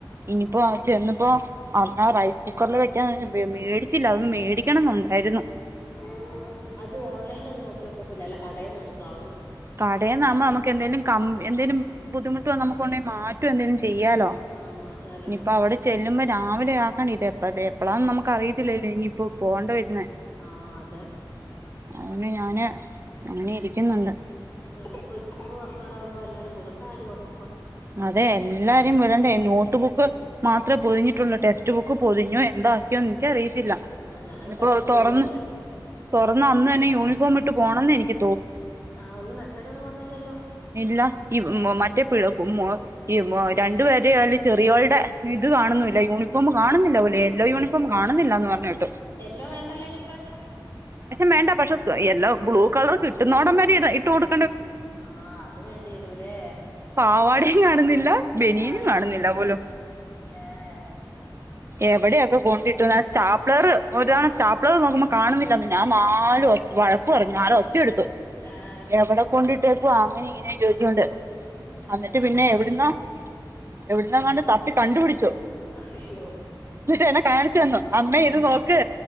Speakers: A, on the left (about 35°); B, on the right (about 35°).
A: ആഹ്
B: ഇനിയിപ്പോ ചെന്നിപ്പോ <unintelligible> റൈസ് കുക്കറില് വെക്കാൻ വെ മേടിച്ചില്ല മേടിക്കണന്നുണ്ടായിരുന്നു
A: ആ അത് ഓൺലൈലൊന്നു നോക്കിയോക്കത്തില്ലെ അല്ല കടയിന്നെടുത്തൊ അ
B: കടേന്നാവുമ്പം നമ്മക്ക് എന്തേലും കം എന്തേലും ബുദ്ധിമുട്ട് വന്ന് നമു കൊണ്ടോയി മാറ്റോ എന്തേലും ചെ ചെയ്യാലോ
A: ആഹ് മാറ്റാലോ
B: ഞ്ഞിപ്പ അവിടെ ചെല്ലുമ്പോ രാവിലെ ആക്കണ ഇത് എപ്പതേ പ്പളാ നമ ക്കറിയത്തില്ലേലെ ഞ്ഞിപ്പോ പോണ്ട വര്ണെ
A: ആഹ് അതെ
B: അതോണ്ട് ഞാന് അങ്ങനെ ഇരിക്കിന്ന്ണ്ട്
A: എനിപ്പം സ്കൂള് തൊറക്കാറാവുമ്പോ എല്ലാരുവ്ട <unintelligible>
B: അതെ എല്ലാരേം വിടണ്ടേ നോട്ട് ബുക്ക് മാത്രേ പൊതിഞ്ഞിട്ടുള്ളു ടെസ്റ്റ് റ്റ് ബുക്ക് പൊതിഞ്ഞോ എന്താക്കിയോ ന്ക്ക് അറിയി ഇല്ല
A: ആഹ് ഞാനും
B: ഞ്ഞിപ്പോൾ
A: ടെക്സ്റ്റ്
B: തൊറന്ന്
A: പോന്നില്ല
B: തൊ തൊറ്ന്ന അന്നന്നെ യൂണിഫോമിട്ട് പോണന്നെനിക്ക്
A: ആഹ് ഒന്നും മെസ്സേജൊന്നും വന്നില്ലല്ലോ
B: ഇല്ല ഈ <unintelligible> <unintelligible> ഈ മൊ രണ്ട് പേര്ടെയ്ല് ചെറിയോൾടെ ഇത് കാണുന്നുല്ല യൂണിഫോമ് കാണുന്നില്ലപോലെ യില്ല യൂണിഫോം കാണുന്നില്ലാന്ന് പറഞ്ഞ് എ
A: യല്ലോ വേണ്ടല്ലോ അയ്ന് ഇപ്രാശ്യം
B: മേണ്ട പക്ഷെ യെല്ലോ ബ്ലൂ കളർ കിട്ടുന്നോടം വരെ ഇട ഇട്ട് കൊടു
A: ആഹ് അത് വേണ്ടി വരൂലേ
B: പാവാടയും കാണുന്നില്ല ബനിയനും
A: ആഹ്
B: കാണുന്നില്ല പോലും
A: ഏഹ്
B: എവിടെയൊക്കെ കൊണ്ടിട്ടുന്ന ആ സ്റ്റാപ്ലയറ് ഒരു തവണ സ്റ്റാപ്ലയറ് നോക്കുമ്പോ കാണുന്നില്ലാന്ന് ഞാൻ നാലു ഒ വഴക്ക് പറഞ്ഞു <unintelligible> ക്കെടുത്തു
A: ആഹ്
B: എവിടെ കൊണ്ട് ഇ ഇട്ടേക്കുവ അങ്ങനെയും ഇങ്ങനെയും ചോയിച്ചോണ്ട്
A: ആഹ്
B: അന്നിട്ട് പിന്നെ എവിടുന്നോ എവിടുന്നാങാണ്ട് തപ്പി കണ്ടുപിടിച്ചു
A: അശ്യോ
B: എന്നെ കാണിച്ചു തന്നു അമ്മെ ഇത് നോക്ക്